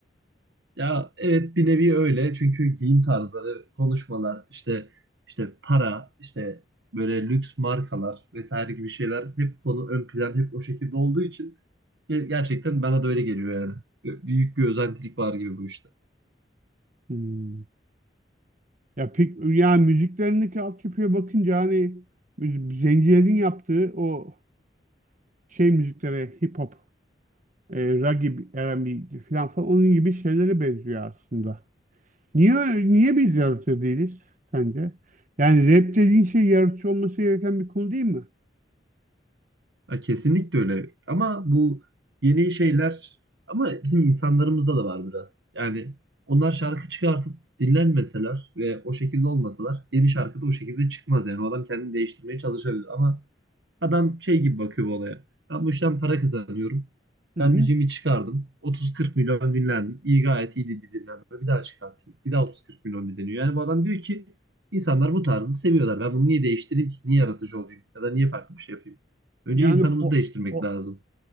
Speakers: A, on the right; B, on the right.
A: Ya evet bir nevi öyle çünkü giyim tarzları, konuşmalar, işte işte para, işte böyle lüks markalar vesaire gibi şeyler hep konu ön plan hep o şekilde olduğu için ge- gerçekten bana da öyle geliyor yani. Bö- Büyük bir özentilik var gibi bu işte.
B: Hmm. Ya pek yani müziklerindeki altyapıya bakınca hani müz- zencilerin yaptığı o şey müziklere hip hop, e, ragib, R&B falan falan onun gibi şeylere benziyor aslında. Niye niye biz yaratıcı değiliz sence? Yani rap dediğin şey yaratıcı olması gereken bir konu değil mi?
A: Ya kesinlikle öyle. Ama bu yeni şeyler ama bizim insanlarımızda da var biraz. Yani onlar şarkı çıkartıp dinlenmeseler ve o şekilde olmasalar yeni şarkı da o şekilde çıkmaz. Yani o adam kendini değiştirmeye çalışabilir ama Adam şey gibi bakıyor bu olaya. Ben bu işten para kazanıyorum.
B: Hı
A: Ben
B: hı.
A: müziğimi çıkardım. 30-40 milyon dinlendim. İyi gayet iyiydi bir dinlenme. Bir daha çıkartayım. Bir daha 30-40 milyon dinleniyor. Yani bu adam diyor ki insanlar bu tarzı seviyorlar. Ben bunu niye değiştireyim ki? Niye yaratıcı olayım? Ya da niye farklı bir şey yapayım? Önce
B: Yani
A: insanımızı
B: fo-
A: değiştirmek
B: fo-
A: lazım.